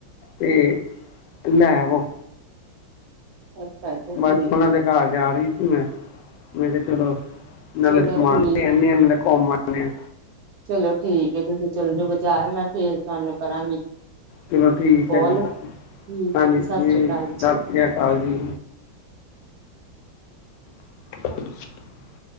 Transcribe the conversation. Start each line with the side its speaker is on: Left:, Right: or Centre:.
Left: ਤੇ ਲੈ ਵੋ।
Right: ਅੱਛਾ ਅੱਛਾ ਠੀਕ
Left: ਬਸ ਉਹਨਾਂ
Right: ਹੈ
Left: ਦੇ ਘਰ ਜਾ ਰਹੀ। ਮੈਂ-ਮੈਂ ਕਿਹਾ ਚਲੋ। ਨਾਲੇ
Right: ਚਲੋ
Left: ਸਮਾਨ
Right: ਠੀਕ
Left: ਦੇ ਆਨੀ ਆ ਨਾਲੇ ਘੁੰਮ ਆਣੇ ਆ।
Right: ਚਲੋ ਠੀਕ ਹੈ। ਤੁਸੀਂ ਚੱਲ ਜਾ ਬਾਜ਼ਾਰ ਮੈਂ ਫੇਰ ਤੁਹਾਨੂੰ ਕਰਾਂਗੀ।
Left: ਚਲੋ ਠੀਕ
Right: ਕੋਲ
Left: ਹੈ ਜੀ ਹਾਂ ਸਤਿ
Right: ਠੀਕ ਹੈ ਜੀ ਸਤਿ ਸ੍ਰੀ ਅਕਾਲ ਜੀ
Left: ਸ੍ਰੀ ਅਕਾਲ ਜੀ। <inaudible>